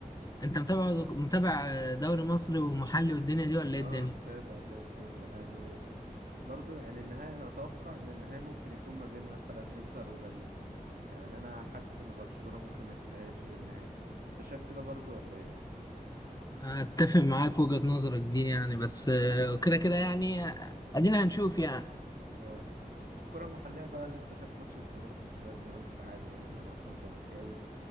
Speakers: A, on the left (about 25°); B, on the right (about 85°).
A: انت متابع متابع دوري مصري ومحلي والدنيا دي ولا
B: اه
A: ايه الدنيا
B: متابع زي الفل يعني برضو يعني النهاية أنا أتوقع إن النهاية ممكن يكون ما بين مثلا إنتر وباريس يعني أنا حاسس إن برشلونة ممكن ما تتأهلش للنهائي أنت شايف كده برضو ولا إيه؟
A: اتفق معاك في وجهة نظرك دي يعني بس آه، كده كده يعني آه، ادينا هنشوف يعني
B: آه. وفي الكرة المحلية بقى أنا لسه شايف ماتش الزمالك من شوية الزمالك اتعادل يا عم أنا أصلا زملكاوي